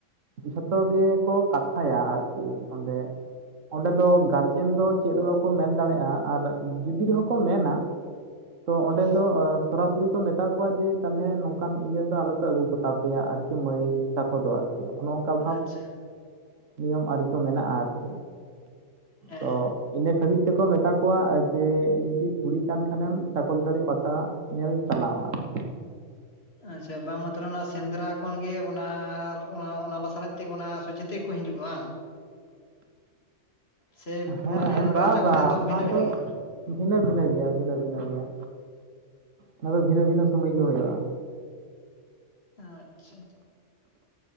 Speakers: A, on the right; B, on the left.
A: ᱡᱷᱚᱛᱚ ᱜᱮᱠᱚ ᱠᱟᱛᱷᱟᱭᱟ ᱟᱨᱠᱤ ᱚᱸᱰᱮ ᱚᱸᱰᱮ ᱫᱚ ᱜᱟᱨᱡᱮᱱ ᱫᱚ ᱪᱮᱫ ᱦᱚᱸ ᱵᱟᱠᱚ ᱢᱮᱱ ᱫᱟᱲᱮᱜᱼᱟ ᱟᱨ ᱡᱩᱫᱤ ᱨᱮᱦᱚᱸ ᱠᱚ ᱢᱮᱱᱟ ᱛᱚ ᱚᱸᱰᱮ
B: ᱦᱩᱸ
A: ᱫᱚ ᱥᱚᱨᱟ ᱥᱚᱨᱤ ᱠᱚ ᱢᱮᱛᱟ ᱠᱚᱣᱟ ᱡᱮ ᱛᱟᱞᱦᱮ ᱱᱚᱝ ᱚᱝᱠᱟᱱ ᱤᱭᱟᱹ ᱫᱚ ᱟᱞᱚᱯᱮ ᱟᱹᱜᱩ ᱠᱚᱛᱟ ᱯᱮᱭᱟ ᱟᱨᱠᱤ ᱢᱟᱹᱭ ᱛᱟᱠᱚ ᱫᱚ ᱟᱨᱠᱤ ᱚᱱᱚ ᱚᱱᱠᱟ ᱵᱷᱟᱵᱽ,
B: ᱟᱪᱪᱷᱟ
A: ᱱᱤᱭᱚᱢ ᱟᱹᱨᱤ ᱠᱚ ᱢᱮᱱᱟᱜᱼᱟ ᱟᱨᱠᱤ
B: ᱦᱮᱸ
A: ᱛᱚ ᱤᱱᱟᱹ ᱠᱷᱟᱹᱛᱤᱨ ᱛᱮᱠᱚ ᱢᱮᱛᱟ ᱠᱚᱣᱟ ᱡᱮ ᱡᱩᱫᱤ ᱠᱩᱲᱤ ᱠᱟᱱ ᱠᱷᱟᱱᱮᱢ ᱪᱷᱟᱠᱚᱞᱛᱟᱲᱤ ᱯᱟᱛᱟ ᱧᱮᱞ ᱪᱟᱞᱟᱣ ᱟᱨᱠᱤ
B: ᱟᱪᱪᱷᱟ ᱵᱟᱝᱢᱟ ᱛᱟᱦᱚᱞᱮ ᱚᱱᱟ ᱥᱮᱸᱫᱽᱨᱟ ᱠᱷᱚᱱ ᱜᱮ ᱚᱱᱟ ᱚᱱᱟ ᱞᱟᱥᱟᱨᱮᱫ ᱛᱮᱜᱮ ᱚᱱᱟ ᱥᱚᱡᱷᱮᱛ ᱛᱮ ᱠᱚ ᱦᱤᱡᱩᱜᱼᱟ, ᱥᱮ
A: ᱦᱮᱸ
B: ᱢᱟᱱᱮ ᱱᱚᱰᱮᱱᱟᱜ
A: ᱵᱟᱝ
B: ᱪᱟᱠᱚᱞ
A: ᱵᱟᱝ
B: ᱛᱮᱫ
A: ᱚᱱᱟ
B: ᱵᱷᱤᱱᱟᱹ ᱵᱷᱤᱱᱟᱹ
A: ᱫᱚ
B: ᱜᱮᱭᱟ?
A: ᱵᱷᱤᱱᱟᱹ ᱵᱷᱤᱱᱟᱹ ᱜᱮᱭᱟ ᱵᱷᱤᱱᱟᱹ ᱵᱷᱤᱱᱟᱹ ᱜᱮᱭᱟ ᱚᱱᱟ ᱫᱚ ᱵᱷᱤᱱᱟᱹ ᱵᱷᱤᱱᱟᱹ ᱥᱚᱢᱚᱭ ᱜᱮ ᱦᱩᱭᱩᱜᱼᱟ,
B: ᱟᱪᱷᱟ ᱠᱤ